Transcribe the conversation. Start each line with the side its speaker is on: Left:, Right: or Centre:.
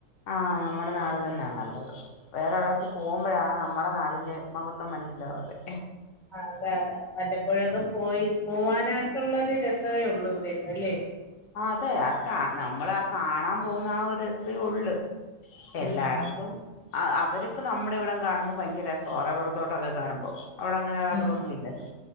Left: ആഹ് നമ്മുടെ നാട് തന്നെ നല്ലത് വേറൊരിടത്ത് പോകുമ്പഴാണ് നമ്മളെ നാടിന്റെ മഹത്വം മനസ്സിലാവുന്നെ
Centre: ആഹ് അതെ അതെ വല്ലപ്പോഴൊക്കെ പോയി പോവാനായിട്ടുള്ളൊരു രസവെ ഉള്ളു ഇവിടേക്ക് അല്ലേ
Left: ആഹ് അതെ അത് കാൺ നമ്മളാ കാണാൻ പോവുന്ന ആ ഒരു രസേ ഒള്ള് എല്ലാടെത്തും
Centre: ഉം
Left: അ അ അവർക്ക് നമ്മുടെ ഇവിടം കാണുമ്പോ ഭയങ്കര രസാ റബറ് തോട്ടൊക്കെ കാണുമ്പോ അവിടെ അങ്ങനെ റബ്ബറൊന്നും
Centre: ഉം
Left: ഇല്ലല്ലോ